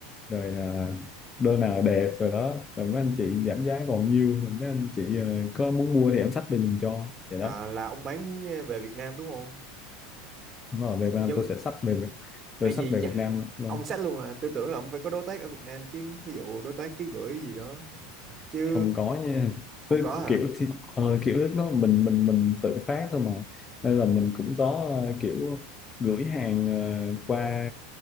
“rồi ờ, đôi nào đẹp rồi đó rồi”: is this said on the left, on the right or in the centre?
Left